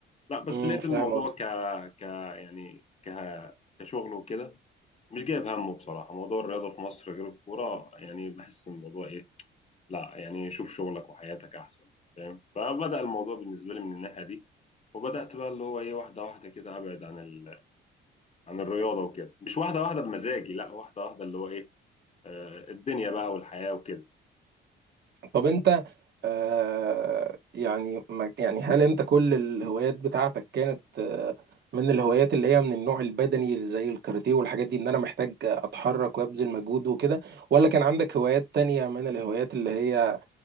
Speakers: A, on the left; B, on the right.
A: لا بس
B: مم،
A: لقيت
B: فاهم
A: الموضوع ك ك يعني ك كشغل وكده مش جايب همه بصراحة موضوع الرياضة في مصر غير الكورة يعني بحس إن الموضوع إيه لا يعني شوف شغلك وحياتك أحسن فاهم فبدأ الموضوع بالنسبة لي من الناحية دي وبدأت بقى اللي هو إيه واحدة واحدة كده أبعد عن ال... عن الرياضة وكده مش واحدة واحدة بمزاجي لا واحدة واحدة اللي هو إيه آه الدنيا بقى والحياة وكده
B: طب انت آه يعني ما يعني هل انت كل الهوايات بتاعتك كانت آه من الهوايات اللي هي من النوع البدني زي الكاراتيه والحاجات دي ان انا محتاج اتحرك وابذل مجهود وكده ولا كان عندك هوايات تانية من الهوايات اللي هي